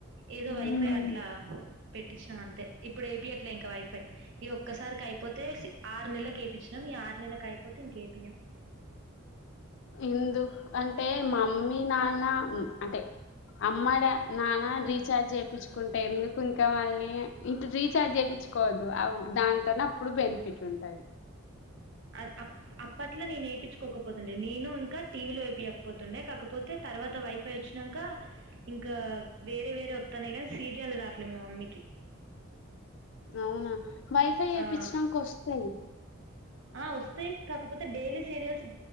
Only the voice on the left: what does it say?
ఉహు
ఎందు అంటే మమ్మీ నాన్న అంటే అమ్మ నాన్న రీచార్జ్ చేయించుకుంటే ఎందుకు ఇంక మళ్ళీ ఇటు రీచార్జ్ చేయించుకోవద్దు దాని టనీ అప్పుడు బెనిఫిట్ ఉంటాది
అవునా వైఫై వేపించినాకా
వస్తాయి